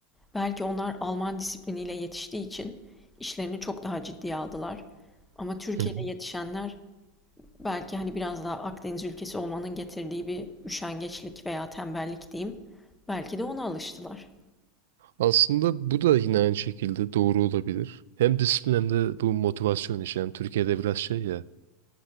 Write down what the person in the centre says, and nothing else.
Belki onlar Alman disipliniyle yetiştiği için işlerini çok daha ciddiye aldılar. Ama Türkiye'de
yetişenler belki hani biraz daha Akdeniz ülkesi olmanın getirdiği bir üşengeçlik veya tembellik diyeyim. Belki de ona alıştılar.